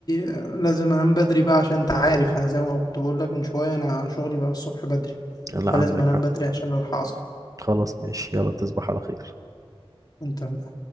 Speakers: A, on the left; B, on the right.
A: آه، لازم انام بدري بقى عشان انت عارف انا زي ما كنت بقول لك من شويه انا شغلي بقى الصبح بدري
B: لا
A: فلازم
B: عندك
A: انام
B: حق
A: بدري عشان الحق اصحى
B: خلاص ماشي يلا تصبح على خير
A: انت